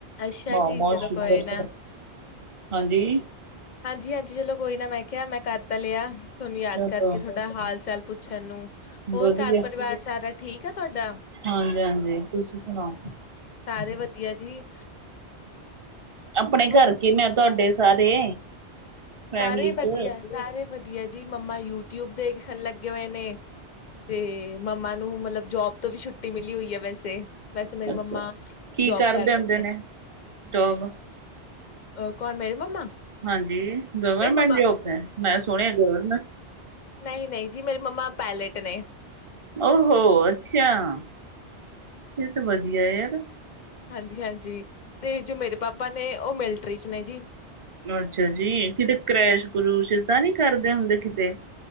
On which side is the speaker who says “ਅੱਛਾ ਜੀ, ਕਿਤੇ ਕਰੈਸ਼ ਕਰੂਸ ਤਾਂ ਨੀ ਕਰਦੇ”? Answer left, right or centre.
Right